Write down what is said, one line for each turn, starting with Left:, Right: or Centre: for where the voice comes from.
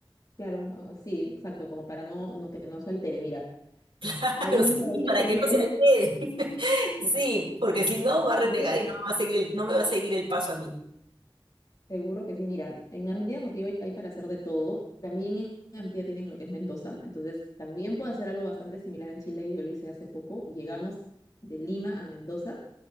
Left: Claro, un- ah, sí, exacto, como para no, no- que no se altere. Mira,
Right: Claro,
Left: ahí
Right: sí,
Left: no sé, ustedes
Right: para
Left: prefieren.
Right: que no se altere. <laughs> Sí, porque si no va a renegar
Left: <laughs> ¿Viste?
Right: y no me va a seguir el, no me va a seguir el paso a mí.
Left: Seguro que sí, mira, en Argentina contigo hay, hay para hacer de todo. También en Argentina tienen lo que es Mendoza, entonces también puedo hacer algo bastante similar en Chile, yo lo hice hace poco. Llegamos de Lima a Mendoza